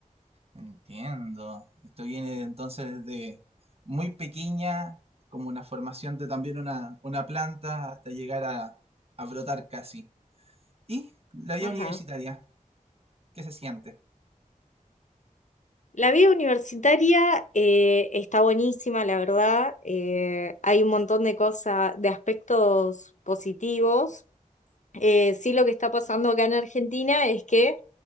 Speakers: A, on the right; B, on the left.
A: Entiendo. Esto viene entonces de muy pequeña, como una formación de también una, una planta, hasta llegar a, a brotar casi. Y la vida
B: Ajá.
A: universitaria, ¿qué se siente?
B: La vida universitaria eh, está buenísima, la verdad. Eh, hay un montón de cosas, de aspectos positivos. Eh, sí, lo que está pasando acá en Argentina es que